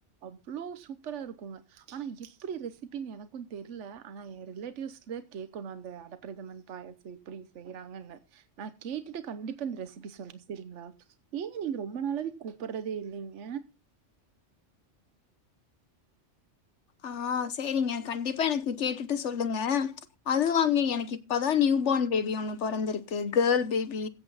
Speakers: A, on the right; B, on the left.
A: அவ்ளோ சூப்பரா இருக்குங்க ஆனா எப்பிடி ரெசிபின்னு எனக்கு தெர்ல ஆனா ஏ ரிலேட்டிவ்ஸ்த கேக்கணு அந்த அடப்பிரேதமன் பாயஸ வீட் இப்பிடி செய்றாங்கன்னு நா கேட்டுட்டு கண்டிப்பா இந்த ரெசிபி சொல்றே செரிங்ளா ஏங்க நீங்க ரொம்ப நாளாவே கூப்பர்றதே இல்லிங்க
B: ஆ சேரிங்க கண்டிப்பா எனக்கு கேட்டுட்டு சொல்லுங்க அது தாங்க எனக்கு இப்பதா நியூ பான் பேபி ஒன்னு பொறந்திருக்கு கேள் பேபி